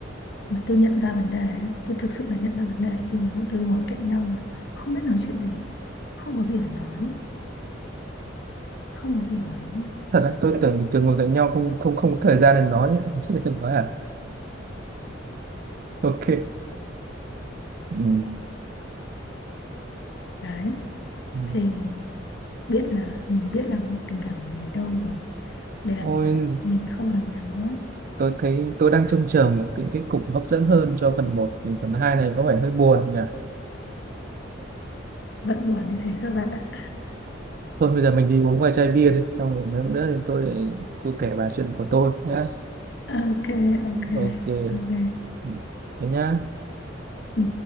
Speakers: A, on the left; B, on the right.
A: mà tôi nhận ra vấn đề ấy, tôi thực sự là nhận ra vấn đề khi mà bọn tôi ngồi cạnh nhau mà không biết nói chuyện gì không có gì để nói không có gì để nói
B: thật đấy tôi tưởng mình thường ngồi cạnh nhau không không không có thời gian để nói nhé chứ đừng nói à ok ừ.
A: đấy
B: Ừ.
A: thì biết là mình biết là tình cảm của mình ở đâu rồi đây là
B: Ôi,
A: mình sẽ mình không làm nhảm nữa
B: tôi thấy tôi đang trông chờ một cái kết cục hấp dẫn hơn cho phần một thì phần 2 này có vẻ hơi buồn nhỉ
A: vẫn buồn như thế rồi bạn ạ
B: Thôi bây giờ mình đi uống vài chai bia đi, xong rồi mấy hôm nữa thì tôi lại cứ kể bà chuyện của tôi nhá.
A: ok ok
B: Ok,
A: ok
B: Ừ, thế nhá.
A: ừ.